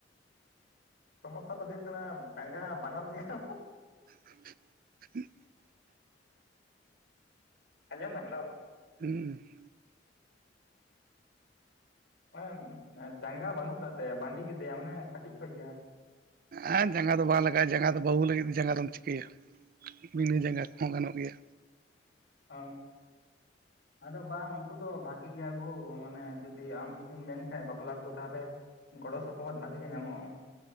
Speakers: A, on the left; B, on the right.
A: ᱥᱚᱢᱚᱥᱥᱟ ᱫᱚ ᱦᱩᱭᱩᱜ ᱠᱟᱱᱟ ᱡᱟᱸᱜᱟ ᱵᱟᱱᱟᱨ ᱡᱟᱸᱜ
B: <inaudible>
A: ᱟᱸᱡᱚᱢ ᱫᱟ ᱦᱮᱞᱳ
B: ᱩᱸᱦᱩ
A: ᱢᱟᱱᱮ ᱡᱟᱸᱜᱟ ᱵᱟᱹᱱᱩᱜ ᱠᱟᱜ ᱛᱟᱭᱟ ᱵᱟᱺᱰᱤᱡ ᱜᱮᱛᱟᱭᱟ ᱢᱟᱱᱮ ᱠᱟᱹᱴᱤᱡ ᱠᱷᱚᱡ ᱜᱮ
B: ᱦᱮᱸ ᱡᱟᱸᱜᱟ ᱫᱚ ᱵᱟᱝ ᱞᱟᱜᱟᱜᱼᱟ ᱡᱟᱸᱜᱟ ᱫᱚ ᱵᱟᱹᱦᱩ ᱞᱟᱹᱜᱤᱫ ᱫᱚ ᱡᱟᱸᱜᱟ ᱫᱚᱢ ᱪᱤᱠᱟᱹᱭᱟ ᱵᱤᱱᱟᱹ ᱡᱟᱸᱜᱟ ᱠᱚᱦᱚᱸ ᱜᱟᱱᱚᱜ ᱜᱮᱭᱟ
A: ᱚ ᱟᱫᱚ ᱵᱟᱝ ᱩᱱᱠᱩ ᱫᱚ ᱵᱷᱟᱠ ᱴᱷᱤᱠ ᱜᱮᱭᱟ ᱠᱩ ᱢᱟᱱᱮ ᱡᱩᱫᱤ ᱟᱢ ᱡᱩᱫᱤᱢ ᱢᱮᱱ ᱠᱷᱟᱡ ᱵᱟᱯᱞᱟ ᱠᱩ ᱛᱟᱦᱞᱮ ᱜᱚᱲᱚ ᱥᱚᱯᱚᱦᱚᱫ ᱵᱷᱟᱜᱤ ᱜᱮ ᱧᱟᱢᱚᱜᱼᱟ